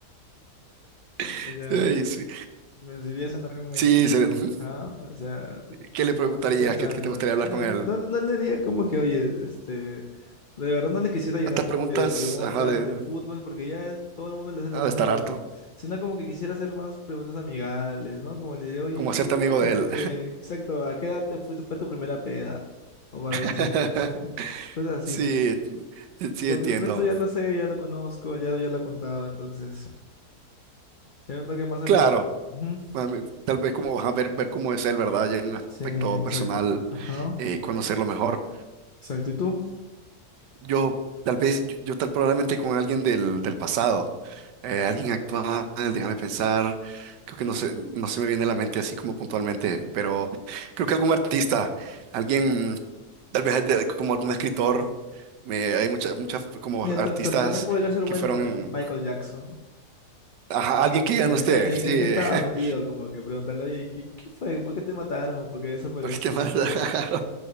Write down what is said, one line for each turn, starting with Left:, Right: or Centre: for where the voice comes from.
Left: O
Right: <laughs>
Left: sea, ya,
Right: Ey, sí,
Left: me gustaría cenar con Messi.
Right: sí, se- ujú.
Left: Ajá, o sea,
Right: ¿qué le preguntarías?
Left: sin pensarlo.
Right: ¿Qué, qué te gustaría
Left: Eh,
Right: hablar con él?
Left: No, no le haría como que, oye, este, de verdad no le quisiera llenar
Right: Hasta preguntas,
Left: como que de preguntas
Right: ajá, de,
Left: de
Right: de-
Left: fútbol, porque ya es- todo el mundo le hace las
Right: ha
Left: mismas
Right: de estar
Left: preguntas,
Right: harto,
Left: sino como que quisiera hacer más preguntas amigables, ¿no? Como le diré, oye,
Right: como
Left: ¿y tú,
Right: hacerte amigo
Left: este,
Right: de él.
Left: exacto, ¿a qué edad te fuiste, fue tu primera peda? O algo
Right: <laughs>
Left: así. <laughs> Cosas así,
Right: Sí,
Left: ¿no?
Right: e, sí,
Left: Porque
Right: entiendo.
Left: el resto ya lo sé, ya lo conozco, ya, ya lo he contado, entonces sería un toque más amistoso.
Right: Claro,
Left: Ujú.
Right: a mí, tal vez como vas a ver, ver cómo es él, ¿verdad? Ya en un aspecto
Left: Sí, exacto.
Right: personal,
Left: Ajá,
Right: eh, conocerlo mejor.
Left: exacto. ¿Y tú?
Right: Yo tal vez, yo, yo tal probablemente con alguien del, del pasado, eh, alguien actual, déjame pensar, creo que no se, no se me viene a la mente así como puntualmente, pero creo que algún artista, alguien, tal vez de- como algún escritor, me, hay muchas, muchas como
Left: Mira,
Right: artistas
Left: tam- tam- también podría ser bueno
Right: que fueron,
Left: también Michael Jackson.
Right: ajá, alguien
Left: Como
Right: que
Left: que,
Right: ya no
Left: ¿en,
Right: esté,
Left: en-
Right: sí,
Left: en qué estaba
Right: <laughs>
Left: metido? Como que preguntarle, oye, ¿qué, qué fue? ¿Por qué te mataron? ¿O ¿Por qué desapareciste?
Right: porque qué más raro.